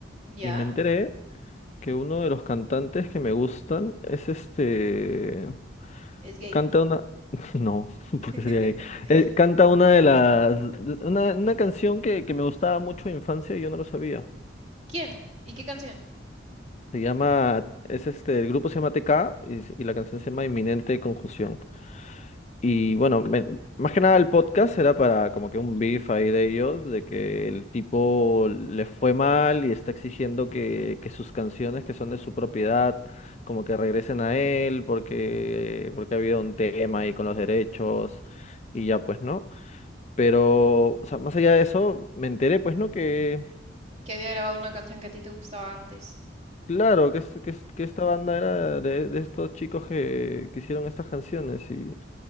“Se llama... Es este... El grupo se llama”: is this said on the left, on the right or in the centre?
Left